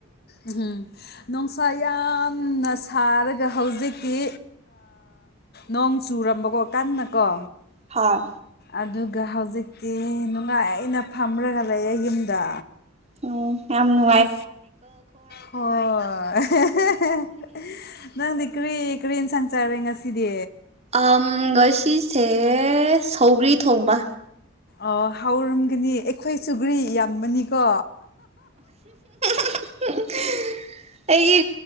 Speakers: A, on the left (about 45°); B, on the right (about 30°).
A: ꯎ ꯍꯨꯝ ꯅꯨꯡꯁꯥ ꯌꯥꯝꯅ ꯁꯥꯔꯒ ꯍꯧꯖꯤꯛꯇꯤ ꯅꯣꯡ ꯆꯨꯔꯝꯕꯀꯣ ꯀꯟꯅ ꯀꯣ
B: ꯍꯥ
A: ꯑꯗꯨꯒ ꯍꯧꯖꯤꯛꯇꯤ ꯅꯨꯡꯉꯥꯏꯅ ꯐꯝꯔꯒ ꯂꯩꯌꯦ ꯌꯨꯝꯗ
B: ꯑꯣ ꯌꯥꯝ ꯅꯨꯡ
A: ꯑ ꯍꯣꯏ ꯅꯪꯗꯤ꯫ ꯀꯔꯤ ꯀꯔꯤ ꯑꯦꯟꯁꯥꯡ ꯆꯥꯔꯦ ꯉꯁꯤꯗꯤ
B: ꯑꯝ ꯉꯁꯤꯁꯦ ꯁꯧꯒ꯭ꯔꯤ ꯊꯣꯡꯕ
A: ꯑꯣ ꯍꯥꯎꯔꯝꯒꯅꯤ ꯑꯩꯈꯣꯏ ꯆꯨꯒ꯭ꯔꯤ ꯌꯥꯝꯕꯅꯤꯀꯣ
B: <unintelligible> ꯑꯩꯒꯤ